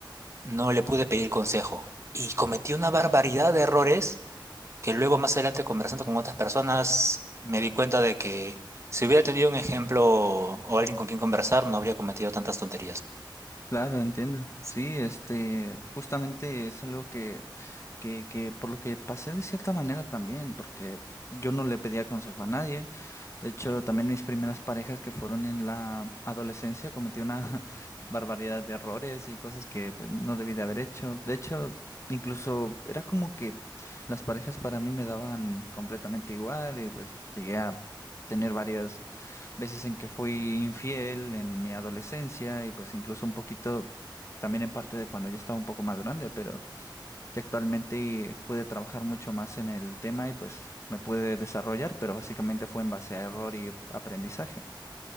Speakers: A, on the right; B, on the left.
A: no le pude pedir consejo. Y cometí una barbaridad de errores que luego más adelante conversando con otras personas me di cuenta de que si hubiera tenido un ejemplo o alguien con quien conversar, no habría cometido tantas tonterías.
B: claro, entiendo.
A: Sí.
B: Sí, este, justamente es algo que, que, que por lo que pasé de cierta manera también, porque yo no le pedía consejo a nadie. De hecho, también mis primeras parejas que fueron en la adolescencia cometí una <laughs> barbaridad de errores y cosas que pues, no debí de haber hecho. De hecho, incluso era como que las parejas para mí me daban completamente igual y pues llegué a tener varias veces en que fui infiel en mi adolescencia y pues incluso un poquito también en parte de cuando ya estaba un poco más grande, pero que actualmente pude trabajar mucho más en el tema y pues me pude desarrollar, pero básicamente fue en base a error y aprendizaje.